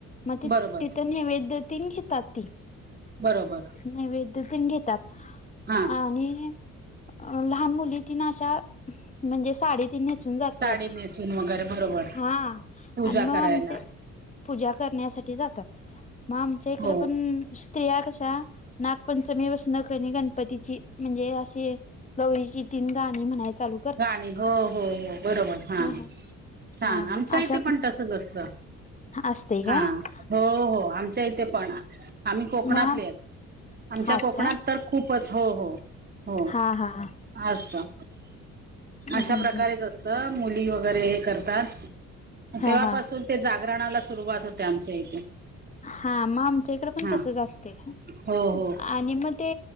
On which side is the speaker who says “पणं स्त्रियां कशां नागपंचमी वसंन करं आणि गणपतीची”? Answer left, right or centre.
Left